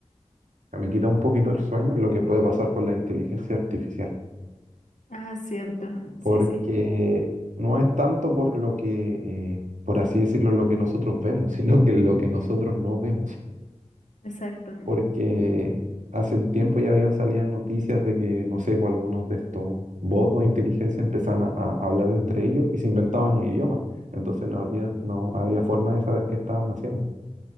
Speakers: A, on the right; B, on the left.
A: sea, me quita un poquito el sueño lo que puede pasar con la inteligencia artificial,
B: Ah, cierto,
A: porque
B: sí, sí,
A: no es tanto por lo que, eh, por así decirlo, lo que nosotros vemos, <laughs> sino que lo que nosotros no vemos.
B: exacto.
A: porque hace un tiempo ya habían salido noticias de que, no sé, por algunos de estos bots de inteligencia empezaban a, a hablar entre ellos y se inventaban un idioma. Entonces no había, no había forma de saber qué estaban haciendo.